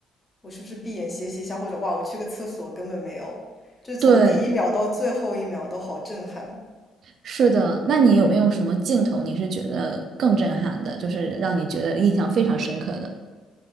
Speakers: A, on the left; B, on the right.
A: 我是不是闭眼歇息一下，或者哇，我去个厕所，根本没有，就是从第一秒到最后一秒都好震撼。
B: 对，是的。那你有没有什么镜头你是觉得更震撼的，就是让你觉得印象非常深刻的？